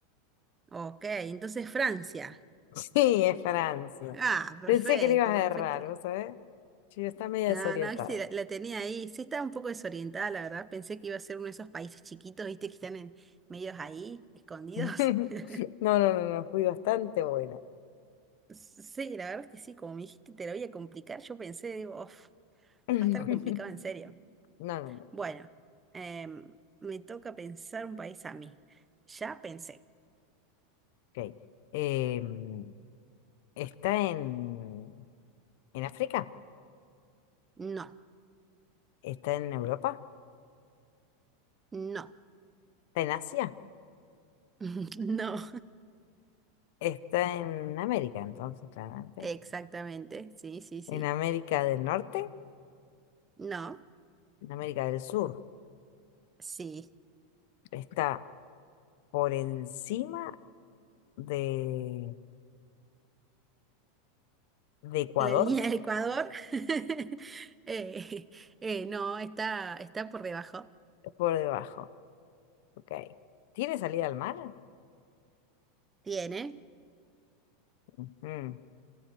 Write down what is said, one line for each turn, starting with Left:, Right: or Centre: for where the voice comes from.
Right: Ok, entonces Francia.
Left: Sí, es Francia.
Right: Ah, perfecto,
Left: Pensé que le ibas a
Right: perfecto.
Left: errar, ¿vos sabés? Sí, está media
Right: Ah,
Left: desorientada.
Right: no, viste, la, la tenía ahí. Sí, estaba un poco desorientada, la verdad. Pensé que iba a ser uno de esos países chiquitos, viste, que están en medios ahí, escondidos.
Left: <laughs>
Right: <laughs>
Left: No, no, no, no, fui bastante buena.
Right: Sí, la verdad es que sí, como me dijiste, te lo voy a complicar. Yo pensé, digo, "Uf, va
Left: <laughs>
Right: a estar complicado en serio.
Left: No, no, no.
Right: Bueno, em, me toca pensar un país a mí. Ya pensé.
Left: Ok. Em, ¿está en, en África?
Right: No,
Left: Está en Europa,
Right: no,
Left: está en Asia,
Right: <laughs> no.
Left: está en América, entonces, claramente.
Right: Exactamente. Sí, sí, sí.
Left: En América del Norte,
Right: No,
Left: en América del Sur.
Right: sí.
Left: Está por encima de, de Ecuador,
Right: la línea del Ecuador, <laughs> eh, eh, no, está, está por debajo.
Left: por debajo. Ok. ¿Tiene salida al mar?
Right: ¿Tiene?
Left: Ujú.